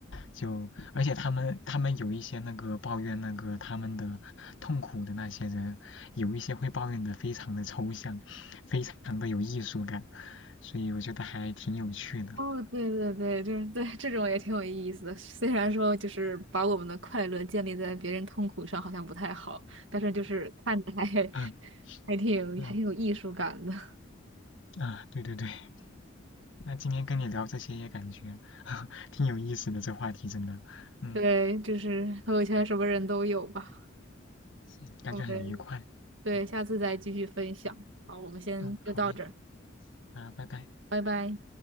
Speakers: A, on the left; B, on the right.
A: 就而且他们他们有一些那个抱怨那个他们的痛苦的那些人，有一些会抱怨的非常的抽象。很的有艺术感，所以我觉得还挺有趣的。
B: 哦，对对对，就是对这种也挺有意思的。虽然说就是把我们的快乐建立在别人痛苦上，好像不太好，但是就是看着还 <laughs>
A: 嗯
B: 还挺还挺有艺术感的。
A: 嗯啊，对对对，那今天跟你聊这些也感觉 <laughs> 挺有意思的，这话题真的，嗯，
B: 对，就是朋友圈什么人都有吧。
A: 嗯感觉很愉快。
B: 我们对，
A: 好，
B: 下次再继续分享。好，我们先就到这儿，
A: 嗯，好嘞，啊，拜拜。
B: 拜拜。